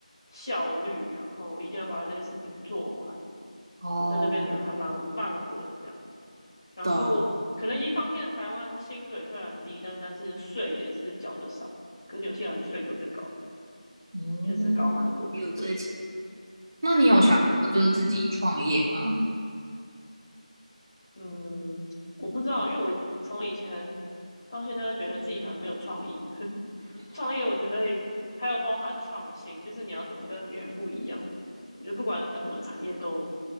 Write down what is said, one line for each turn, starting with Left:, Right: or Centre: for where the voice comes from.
Left: 效率，然后一定要把这些事情做完。
Right: 哦，
Left: 就在那边的人还蛮慢活的这样。然后可能一方面台湾薪水虽然低，
Right: 懂，
Left: 但是税也是缴的少，可是纽西兰的税就比较高，
Right: 嗯，
Left: 就是高蛮多的。
Right: 也有这一层。
Left: 对，
Right: 那你有想过就是自己创业吗？
Left: 嗯嗯，我不知道，因为我从以前到现在都觉得自己很没有创意，创业我觉得还有包含创新，就是你要怎么跟别人不一样。我觉得不管什么产业都，